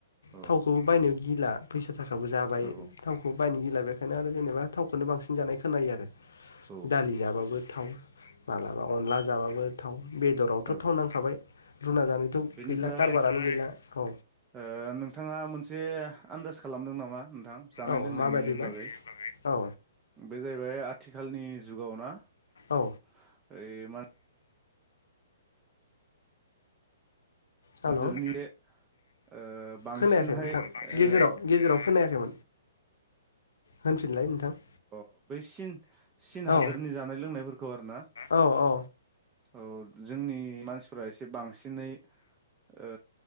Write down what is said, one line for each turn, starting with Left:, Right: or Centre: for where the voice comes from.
Right: औ
Left: थावखौबो बायनो गिला फैस थासखौबो जाबाय
Right: औ
Left: थावखौबो बायनो गैला बेखायनो आरो जेनेबा थाव बेखौनो बांसिन जानाय खोनायो आरो।
Right: औ
Left: दालि जाबाबो थाव माबलाबाबो अनला। जाबाबो थाव। बेदरावथ'
Right: औ
Left: थाव नांखाबाय। रुना जानायथ'
Right: बेनिफ्राय
Left: गैला कारबारानो गैला औ
Right: ओ नोंथाङा मोनसे आन्दास खालामदों नामा? नोंथां जानाय
Left: औ
Right: लोंनायनि
Left: माबायदिबा
Right: बागै
Left: औ
Right: बे जाहैबाय आथिखालनि जुगाव ना।
Left: औ
Right: <unintelligible>
Left: हेल'
Right: हादोरनि ओ बांसिनहाय
Left: खोनायाखै नोंथां
Right: ओ
Left: गेजेराव गेजेराव खोनायाखैमोन होनफिनलाय नोंथां।
Right: अ बै सिन सिन
Left: औ
Right: हादोरनि जानाय लोंनायफोरखौ आरोना
Left: औ औ
Right: औ। जोंनि मानसिफोरा एसे बांसिनै ओ